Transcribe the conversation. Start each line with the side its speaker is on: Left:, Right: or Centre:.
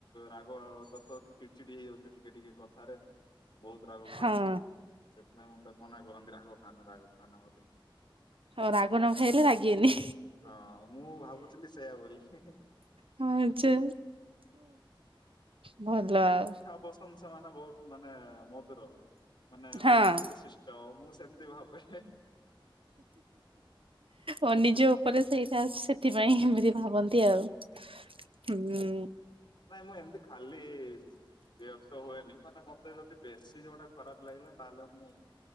Left: ରାଗ ତତ ଚିଡିଚିଡି ହେଇଯାଉଚୁ ଟିକେ ଟିକେ କଥାରେ ବହୁତ ରାଗ
Right: ହଁ
Left: ଖାଉଚୁ ସେଥିପାଇଁ ମତେ ମନା କରନ୍ତି ରାଗ ଖାଆ ନା ରାଗ ଖାଆ ନା ବୋଲି।
Right: ହଉ ରାଗ ନଅ, ଖାଇଲେ ରାଗିବେନି।
Left: ହଁ ମୁଁ ଭାବୁଥିଲି ସେୟା ବୋଲି।
Right: ହଁ ଆଚ୍ଛା ଭଲ ଆଉ।
Left: ପ୍ରଶଂସା ମାନେ ବହୁତ ମାନେ ମଧୁର। ମାନେ
Right: ହଁ
Left: ବହୁତ ଶାନ୍ତଶିଷ୍ଟ ମୁଁ ସେମିତି ଭାବେ।
Right: ଓ ନିଜ ଉପରେ ସେଇଟା ସେଥିପାଇଁ ଏମିତି ଭାବନ୍ତି ଆଉ ହୁଁ।
Left: ନାଇଁ, ମୁଁ ଏମ୍ତି ଖାଲି‌। ବିରକ୍ତ ହୁଏନି, ମାନେ ମତେ ଯଦି ବେଶୀ ଯୋଉଟା ଖରାପ ଲାଗିଲା, ତାହେଲେ ମୁଁ